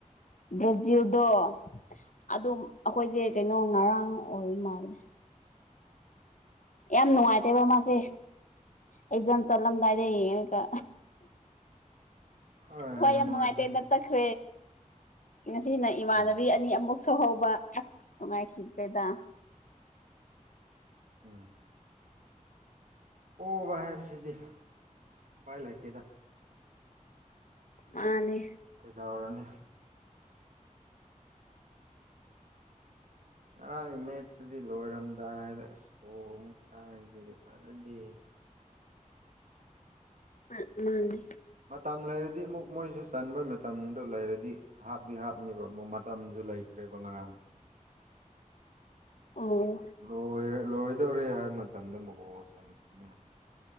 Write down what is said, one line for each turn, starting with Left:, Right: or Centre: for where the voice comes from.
Left: ꯕ꯭ꯔꯥꯖꯤꯜꯗꯣ ꯑꯗꯨꯝ ꯑꯈꯣꯏꯖꯦ ꯀꯩꯅꯣ ꯉꯔꯥꯡ ꯑꯣꯏꯔ ꯃꯥꯜꯂꯦ ꯌꯥꯝ ꯅꯨꯡꯉꯥꯏꯇꯦꯕ ꯃꯥꯁꯦ ꯑꯦꯛꯖꯥꯝ ꯆꯠꯂꯝꯗꯥꯏꯗ ꯌꯦꯡꯉꯒ
Right: ꯑ
Left: ꯍꯣꯏ ꯌꯥꯝ
Right: ꯅꯨꯡꯉꯥꯏꯇꯦ
Left: ꯅꯨꯡꯉꯥꯏꯇꯦꯗ ꯆꯠꯈ꯭ꯔꯦ ꯉꯁꯤꯅ ꯏꯃꯥꯟꯅꯕꯤ
Right: ꯑꯥ
Left: ꯑꯅꯤ ꯑꯃꯨꯛꯁꯨ ꯇꯧꯍꯧꯕ ꯑꯁ ꯅꯨꯡꯉꯥꯏꯈꯤꯗ꯭ꯔꯦꯗ
Right: ꯎꯝ ꯑꯣꯕ ꯍꯥꯏꯕꯁꯤꯗꯤ ꯎꯄꯥꯏ ꯂꯩꯇꯦꯗ
Left: ꯃꯥꯅꯦ
Right: ꯀꯩꯗꯧꯔꯨꯅꯤ ꯉꯔꯥꯡꯒꯤ ꯃꯦꯠꯁꯇꯨꯗꯤ ꯂꯣꯏꯔꯝꯗꯥꯏꯗ ꯑꯁ ꯐꯣꯜ ꯑꯃꯨꯛ ꯆꯥꯢꯗꯨꯗꯤ ꯐꯖꯗꯦꯍꯦ
Left: ꯍꯣꯢ ꯃꯥꯅꯦ
Right: ꯃꯇꯝ ꯂꯩꯔꯗꯤ ꯑꯃꯨꯛ ꯃꯣꯏꯁꯨ ꯆꯟꯕ ꯃꯇꯝꯗꯨ ꯂꯩꯔꯗꯤ ꯍꯥꯞꯗꯤ ꯍꯥꯞꯅꯤꯕ ꯃꯨꯛ ꯃꯇꯝꯖꯨ ꯂꯩꯇ꯭ꯔ ꯔꯦꯕ ꯉꯔꯥꯡ
Left: ꯑꯣ
Right: ꯂꯣꯏꯔꯦ ꯂꯣꯏꯗꯧꯔꯦ ꯍꯥꯏꯕ ꯃꯇꯝꯗ ꯑꯃꯨꯛ ꯒꯣꯜ ꯆꯟꯒꯤꯝꯅꯤꯅ